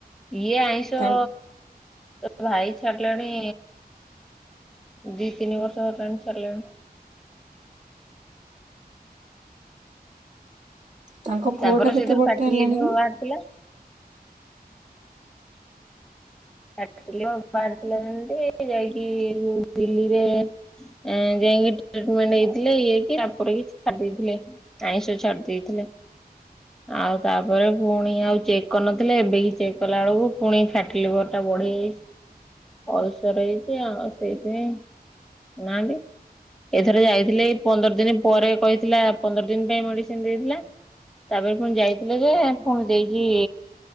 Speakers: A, in the centre; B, on the right.
A: ଇଏ ଆଇଁଷ
B: ତା
A: ତୋ ଭାଇ ଛାଡିଲେଣି ଦି ତିନି ବର୍ଷ ହେଲାଣି ଛାଡ଼ିଲେଣି।
B: ତାଙ୍କ
A: ତାଙ୍କର
B: ପୁଅଟା କେତେ
A: ସେଇଥିରୁ
B: ବଡ
A: ଫ୍ୟାଟି
B: ଟେ ହେଲାଣି
A: ଲିଭର
B: କି?
A: ବାହାରିଥିଲା। <unintelligible> ଯେମିତି ଯାଇକି ଦିଲ୍ଲୀରେ ଏ ଯାଇଁକି ଟ୍ରିଟମେଣ୍ଟ ହେଇଥିଲେ ଇଏ ହେଇକି ତାପରେ ବି ଛାଡିଦେଇଥିଲେ। ଆଇଁଷ ଛାଡି ଦେଇଥିଲେ। ଆଉ ତାପରେ ପୁଣି ଆଉ ଚେକ୍ କରିନଥିଲେ ଏବେ ଏଇ ଚେକ୍ କଲା ବେଳକୁ ପୁଣି ଫ୍ୟାଟିଲିଭର। ହେଟା ବଢିଯାଇଚି। <unintelligible> ହେଇଚି ଆଉ। ସେଇଥିପାଇଁ <unintelligible> ଇଏ ଥରେ ଯାଇଥିଲେ ଏଇ ପନ୍ଦର ଦିନ ପରେ କହିଥିଲା ପନ୍ଦର ଦିନ ପାଇଁ ମେଡିସିନ ଦେଇଥିଲା। ତାପରେ ପୁଣି ଯାଇଥିଲେ ଯେ ପୁଣି ଦେଇକି